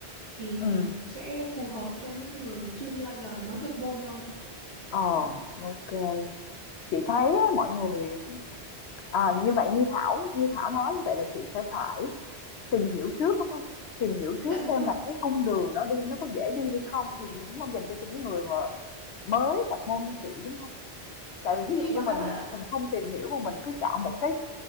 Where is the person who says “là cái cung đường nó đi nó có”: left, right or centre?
Left